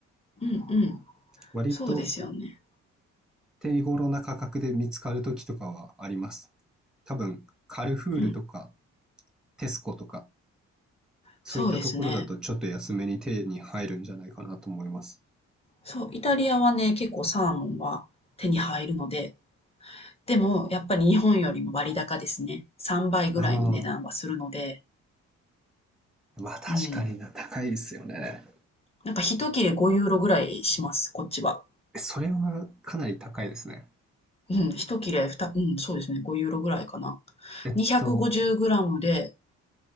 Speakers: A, on the left; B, in the centre.
A: うん、うん。
B: 割と
A: そうですよね。
B: 手頃な価格で見つかる時とかはあります。多分、カルフールとか、
A: うん。
B: テスコとか、そういったところだとちょっと安めに手に入るんじゃないかなと思います。
A: そうですね。そう、イタリアはね、結構サーモンは手に入るので、でもやっぱり日本よりも割高ですね。3倍ぐらいの値段はするので、
B: ああ、まあ確かにな、
A: うん。
B: 高いですよね。
A: なんか一切れ5ユーロぐらいします、こっちは。
B: それはかなり高いですね。
A: うん、一切れ2、うん、そうですね、5ユーロぐらいかな。
B: えっと、
A: 250グラムで、